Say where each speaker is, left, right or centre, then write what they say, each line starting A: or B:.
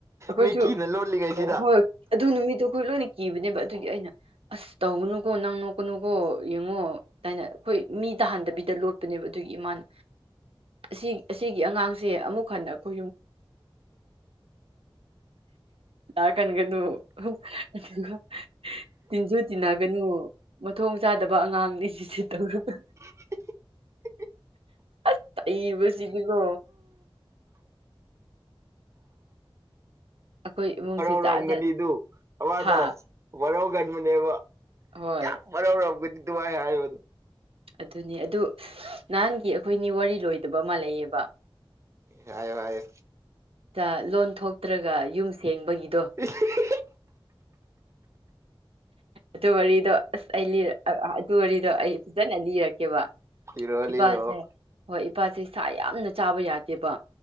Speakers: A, on the right; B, on the right.
A: ꯑꯩꯈꯣꯏꯁꯨ
B: ꯃꯤꯀꯤꯅ ꯂꯣꯠꯂꯤꯉꯩꯁꯤꯗ
A: ꯑꯣ ꯍꯣꯏ ꯑꯗꯨ ꯅꯨꯃꯤꯠꯇꯨ ꯑꯩꯈꯣꯏ ꯂꯣꯏꯅ ꯀꯤꯕꯅꯦꯕ ꯑꯗꯨꯒꯤ ꯑꯩꯅ ꯑꯁ ꯇꯧꯒꯅꯨꯀꯣ ꯅꯪ ꯅꯣꯛꯀꯅꯨꯀꯣ ꯌꯦꯡꯉꯣ ꯑꯗꯥꯏꯅ ꯑꯩꯈꯣꯏ ꯃꯤ ꯇꯥꯍꯟꯗꯕꯤꯗ ꯂꯣꯠꯄꯅꯦꯕ ꯑꯗꯨꯒꯤ ꯏꯃꯥꯅ ꯑꯁꯤ ꯑꯁꯤꯒꯤ ꯑꯉꯥꯡꯁꯦ ꯑꯃꯨꯛ ꯍꯟꯅ ꯑꯩꯈꯣꯏ ꯌꯨꯝ ꯂꯥꯛꯍꯟꯒꯅꯨ ꯑꯗꯨꯒ ꯇꯤꯟꯖꯨ ꯇꯤꯟꯅꯒꯅꯨ ꯃꯊꯣꯡ ꯆꯥꯗꯕ ꯑꯉꯥꯡꯅꯤ ꯁꯤꯁꯤ ꯇꯧꯔꯒ
B: <unintelligible>
A: ꯑꯁ ꯑꯩ ꯃꯁꯤꯗꯤꯀꯣ ꯑꯩꯈꯣꯏ ꯏꯃꯨꯡꯁꯦ
B: ꯇꯧꯔꯝꯒꯅꯤꯗꯨ
A: ꯖꯥꯠ ꯖꯥꯠ
B: ꯑꯃꯗꯣ
A: ꯍꯥ
B: ꯋꯥꯔꯧꯒꯟꯕꯅꯦꯕ
A: ꯍꯣꯏ
B: ꯌꯥꯝ ꯋꯥꯔꯧꯔꯝꯒꯅꯤ ꯑꯗꯨꯃꯥꯏꯅ ꯍꯥꯏꯕꯗꯨ
A: ꯑꯗꯨꯅꯦ ꯑꯗꯨ ꯅꯍꯥꯟꯒꯤ ꯑꯩꯈꯣꯏꯅꯤ ꯋꯥꯔꯤ ꯂꯣꯏꯗꯕ ꯑꯃ ꯂꯩꯌꯦꯕ
B: ꯍꯥꯏꯌꯣ ꯍꯥꯏꯌꯣ
A: ꯑꯥ ꯂꯣꯟ ꯊꯣꯛꯇ꯭ꯔꯒ ꯌꯨꯝ ꯁꯦꯡꯕꯒꯤꯗꯣ꯫
B: <unintelligible>
A: ꯑꯗꯨ ꯋꯥꯔꯤꯗꯣ ꯑꯁ ꯂꯤꯔ ꯑꯗꯨ ꯋꯥꯔꯤꯗꯣ ꯑꯩ ꯐꯖꯅ ꯂꯤꯔꯛꯀꯦꯕ
B: ꯂꯤꯔꯛꯑꯣ
A: ꯏꯄꯥꯁꯦ
B: ꯂꯤꯔꯛꯑꯣ
A: ꯍꯣꯏ ꯏꯄꯥꯁꯦ ꯁꯥ ꯌꯥꯝꯅ ꯆꯥꯕ ꯌꯥꯗꯦꯕ